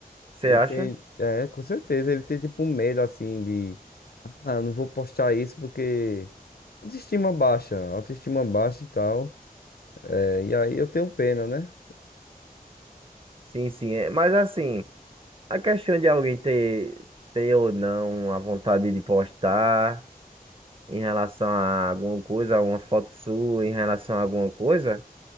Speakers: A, on the right; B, on the left.
A: você
B: Ele
A: acha?
B: tem, é, com certeza, ele tem tipo um medo assim de, ah, não vou postar isso porque autoestima baixa, autoestima baixa e tal. É, e aí eu tenho pena, né?
A: Sim, sim. É. Mas assim, a questão de alguém ter, ter ou não a vontade de postar em relação a alguma coisa, uma foto sua em relação a alguma coisa,